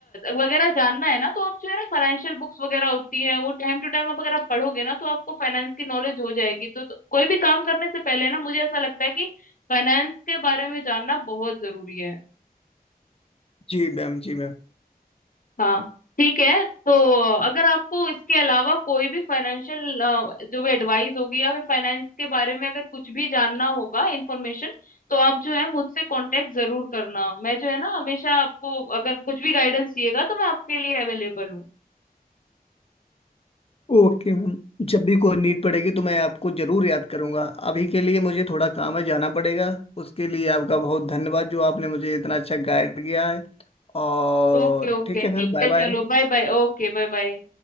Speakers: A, on the left; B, on the left.
A: वगैरह जानना है ना तो आप जो है ना फाइनेंशियल बुक्स वगैरह होती है वो टाइम टू टाइम आप अगर आप पढ़ोगे ना तो आपको फाइनेंस की नॉलेज हो जाएगी तो, तो कोई भी काम करने से पहले ना मुझे ऐसा लगता है कि फाइनेंस के बारे में जानना बहुत जरूरी है
B: जी मैम जी मैम
A: हाँ ठीक है तो अगर आपको इसके अलावा कोई भी फाइनेंशियल जो भी एडवाइस होगी या फिर फाइनेंस के बारे में अगर कुछ भी जानना होगा इंफॉर्मेशन तो आप जो है मुझसे कांटेक्ट जरूर करना मैं जो है ना हमेशा आपको अगर कुछ भी गाइडेंस चाहिएगा तो मैं आपके लिए अवेलेबल हूँ
B: ओके मैम जब भी कोई नीड पड़ेगी तो मैं आपको जरूर याद करूंगा अभी के लिए मुझे थोड़ा काम है जाना पड़ेगा उसके लिए आपका बहुत धन्यवाद जो आपने मुझे इतना अच्छा गाइड किया है और
A: ओके ओके
B: ठीक है
A: ठीक
B: फिर बाय
A: है
B: बाय
A: चलो bye bye okay bye bye